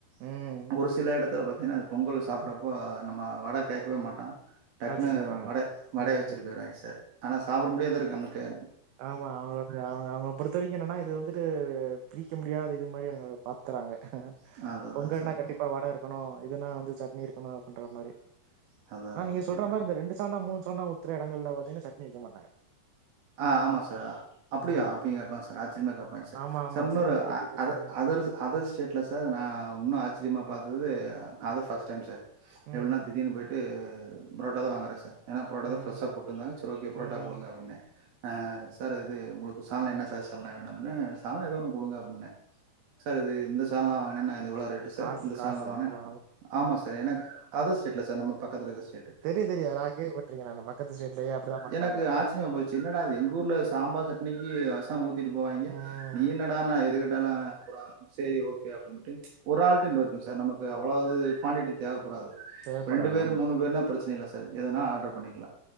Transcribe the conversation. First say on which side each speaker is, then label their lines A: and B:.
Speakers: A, on the right; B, on the right.
A: ம்.
B: ஒரு சில எடத்துல பாத்தீன்னா பொங்கல் சாப்படப்போ நம்ம வட கே க்க மாட்டா டக்குன்னு
A: அழைச்சுட்டு போயிருவாங்க.
B: வட வடையை
A: ம்ஹ்ஹ்ம்.
B: வச்சிட்டு போயிருவாங்க சார் ஆனா சாப்பிட முடியுத இருக்கு அந்தடே
A: ம்மா அவுங்களோட அவுங்க அவங்க பொறுத்த வரைக்கு இன்னன்னா இது வந்துட்டு ஆ பிரிக்க முடியாத இது மாரி அவுங்க பாத்தறாங்க
B: அதா அதா
A: பொங்கல்னா
B: சார் இப்போ
A: கண்டிப்பா வட இருக்கணு இதுனா வந்து சட்னி இருக் தோணா பண்ற மாரி
B: அதா
A: ஆ
B: அதா
A: நீங்க
B: அதா
A: சொல்ற மாரி இந்த ரெண்டு சால்னா மூணு சால்னா உத்ற இடங்கள்ல வந் தின்ன சட்னி வைக்கமாட்டாங்க
B: ஆ ஆமா சார் அப்பிடியா
A: மாரி
B: அப்பிடிங்க கேப்பங்க சார் ஆச்சரியமா கேப்பாங்க சார்
A: ஆமா ஆமா
B: சம் இன்னொரு
A: சட்னி எப்டி பேசுவீங்க
B: அதர் அதர்ஸ் அதர்ஸ்டேட்ல சார் நா இன்னு ஆச்சரியமா பா இது இது அது ஃபஸ்ட் டைம் சார் எப்பினா
A: ம்
B: திடீர்னு போயிட்டு புரோட்டாதா வாங்கறே சார் ஏன்னா புரோட்டாதா
A: ம்
B: ஃபிரெஷா போட்டுந்தாங்க சர் ஓகே புரோட்டா
A: ம்
B: குடுங்க அப்பிடின்ன ஆஹ் சார் இது உங்களுக்கு சால்னா என்ன சார் சால்னா வேணும் அப்படினாக சாலனா ஏதோ ஒன்னு கொடுங்க அப்படின்ன சார் இது இந்த சாலனா வாங்கனேன்னா எவ்ளோ ரெட் சார்
A: காசு
B: இந்த
A: காசு
B: சால்னாவா
A: ஆமா
B: ஆமா சார் எனக்கு அதர்ஸ்டேல சார்பக்கத்தில சார்
A: தெரியு தெரியு நா கேள்விப்பட்டிருக்கே நானு பக்கத்து ஸ்டேட்லயே அப்டிதா பண்றாங்க
B: எனக்கு ஆச்சியமா
A: ஆனா
B: போச்சு அது எங்க ஊர்ல சாம்பார் சட்னிக்கு வசமி போவாங்க
A: ம்
B: நீ என்னடா நா எது கேட்டாலும் அப்புறம் செரி ஓகே அப்படின்ட்டு ஒரு நாள்கு இருக்கும் சார் நமக்கு அவ்வளவுது குவான்டிட்டி தேவை கூடாது
A: தேவப்படாது
B: ரெண்டு பேர்
A: ஆமா
B: மூணு பேர்னா பிரச்சன இல்ல சார் எதனா ஆர்டர் பண்ணிக்கலாம்